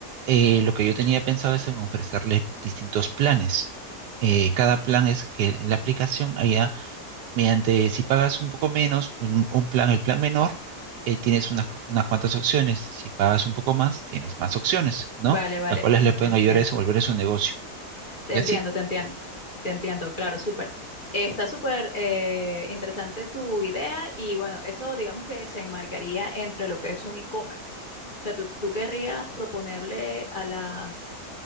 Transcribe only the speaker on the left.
Vale, vale,
entiendo.
Te
entiendo,
te entiendo, te entiendo, claro, súper. Eh, Está súper eh, interesante tu idea y bueno, eso digamos que se enmarcaría entre lo que es un e-commerce. O sea, tú, tú querrías proponerle a las